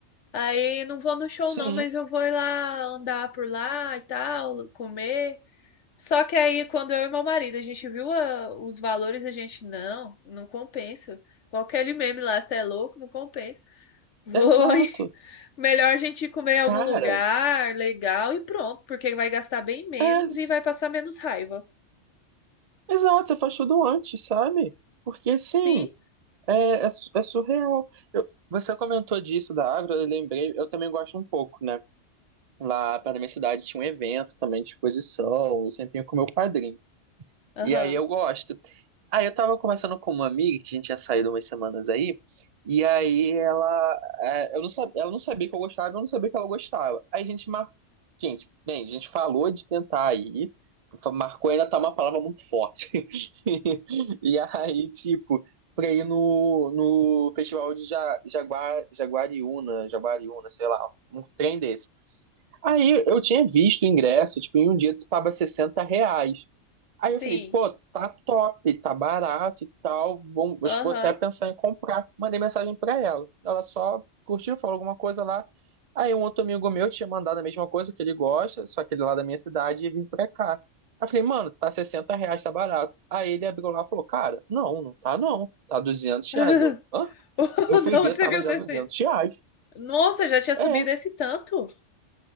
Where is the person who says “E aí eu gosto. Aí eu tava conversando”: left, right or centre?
Right